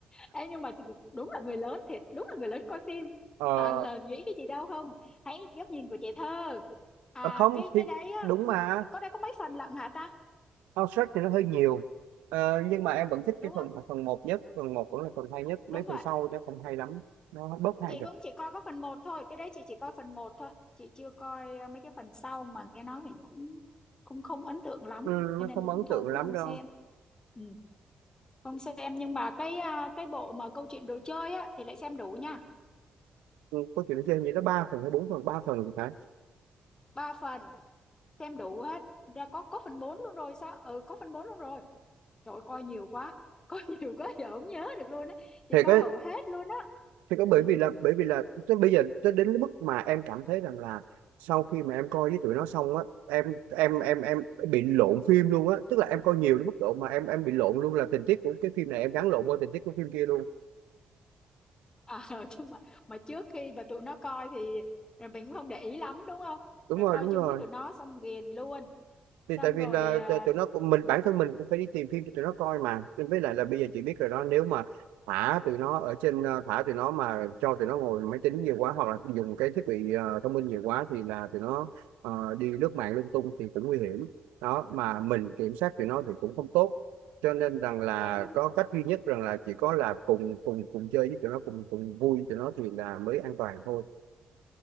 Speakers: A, on the left; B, on the right.
A: Ê, nhưng mà thực- đúng là người lớn thiệt đúng là người lớn coi phim
B: ờ
A: toàn là nghĩ cái gì đâu không hãy góc nhìn của trẻ thơ à
B: ờ, không
A: cái
B: thì
A: cái đấy á
B: đúng mà
A: có đây có mấy phần lận hả ta
B: con thì nó hơi nhiều Ờ, nhưng mà em vẫn thích
A: đúng
B: cái
A: không
B: phần phần một nhất phần một vẫn là phần hay nhất mấy
A: đúng
B: phần
A: vậy
B: sau nó không hay lắm nó bớt hay
A: chị
B: rồi
A: cũng chỉ coi có phần một thôi cái đấy chị chỉ coi phần một thôi chị chưa coi ờ, mấy cái phần sau mà nghe nói thì nó cũng cũng không ấn tượng lắm
B: ừ,
A: cho
B: nó
A: nên
B: không
A: cũng
B: ấn tượng
A: thôi cũng
B: lắm
A: không
B: đâu
A: xem ừ, không xem nhưng mà cái ờ, cái bộ mà câu chuyện đồ chơi á thì lại xem đủ nha
B: Ừ, câu chuyện nó chơi như nó ba phần hay bốn phần ba phần thì phải
A: ba phần xem đủ hết ra có có phần 4 luôn rồi sao ừ có phần 4 luôn rồi trời ơi, coi nhiều quá <laughs> coi nhiều quá giờ không nhớ được luôn á chị
B: thì
A: coi
B: có
A: hầu hết luôn á
B: thì có bởi
A: ừ.
B: vì là bởi vì là tới bây giờ tới đến cái mức mà em cảm thấy rằng là sau khi mà em coi với tụi nó xong á em em em em bị lộn phim luôn á tức là em coi nhiều đến mức độ mà em em bị lộn luôn là tình tiết của cái phim này em gắn lộn qua tình tiết của phim kia luôn
A: Ờ, <laughs> chứ mà mà trước khi mà tụi nó coi thì rồi mình cũng không để ý lắm đúng không
B: đúng
A: rồi
B: rồi
A: coi
B: đúng
A: chung
B: rồi
A: với tụi nó xong ghiền luôn
B: thì
A: xong
B: tại vì
A: rồi
B: là
A: à,
B: t- tụi nó cũng mình bản thân mình cũng phải đi tìm phim cho tụi nó coi mà Nên với lại là bây giờ chị biết rồi đó nếu mà thả tụi nó ở trên ờ, thả tụi nó mà cho tụi nó ngồi máy tính nhiều quá hoặc là dùng cái thiết bị ờ, thông minh nhiều quá thì là tụi nó ờ, đi lướt mạng lung tung thì cũng nguy hiểm đó mà mình kiểm soát tụi nó thì cũng không tốt cho nên rằng là
A: ê nhưng
B: có cách duy nhất rằng là chỉ có là cùng cùng cùng chơi với tụi nó cùng cùng vui với tụi nó thì là mới an toàn thôi